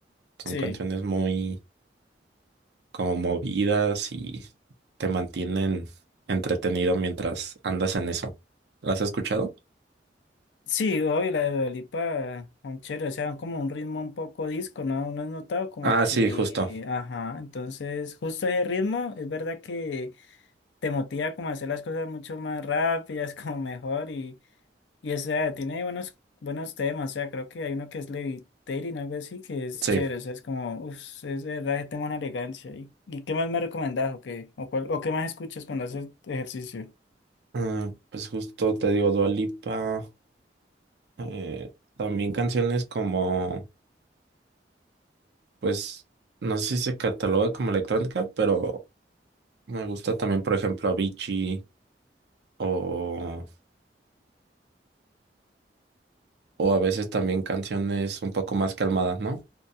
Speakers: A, on the right; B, on the left.
A: Son
B: Sí.
A: canciones muy como movidas y te mantienen entretenido mientras andas en eso. ¿Las has escuchado?
B: Sí, obvio, la de Dua Lipa, un chévere, o sea, como un ritmo un poco disco, ¿no? ¿No has notado? Como
A: Ah,
B: que,
A: sí, justo.
B: ajá, entonces justo ese ritmo, es verdad que te motiva como a hacer las cosas mucho más rápidas, <laughs> como mejor y... Y o sea, tiene buenos, buenos temas, o sea, creo que hay uno que es Levitating, algo así, que es
A: Sí.
B: chévere, o sea, es como, uff, es de verdad, ese tema es una elegancia. ¿Y, y qué más me recomendás o qué, o, cuál- o qué más escuchas cuando haces ejercicio?
A: Ah, pues justo te digo Dua Lipa. eh, también canciones como, pues, no sé si se cataloga como electrónica, pero me gusta también, por ejemplo, Avicii o... o a veces también canciones un poco más calmadas, ¿no?